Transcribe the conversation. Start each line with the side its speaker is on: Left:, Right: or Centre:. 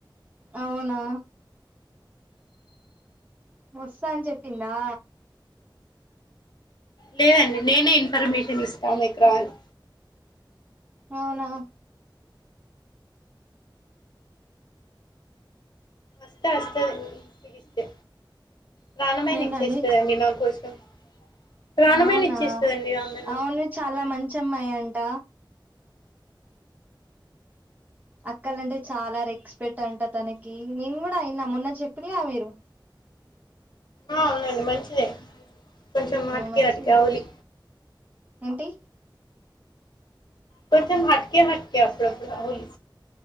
Right: అవునా వస్తా అని చెప్పిందా
Left: లేదండి నేనే ఇన్ఫర్మేషన్ ఇస్తాం ఆమెకు రా అని
Right: అవునా
Left: వస్తే వస్తది పిలిస్తే ప్రాణమైన
Right: ఏంటండి
Left: ఇచ్చేస్తదండి నాకోసం ప్రాణమైన
Right: అవునా
Left: ఇచ్చిస్తదండి నా కోసం
Right: అవును చాలా మంచి అమ్మాయి అంట అక్కలంటే చాలా రెక్స్పెక్ట్ అంట తనకి నేను కూడా విన్నా మొన్న చెప్పిరు గా మీరు
Left: ఆ అవునండి మంచిదే కొంచెం హట్కే
Right: మంచిదే
Left: హట్కే అవులి
Right: ఏంటి
Left: కొంచెం హాట్కే హాట్కేడుప్పుడు హోల్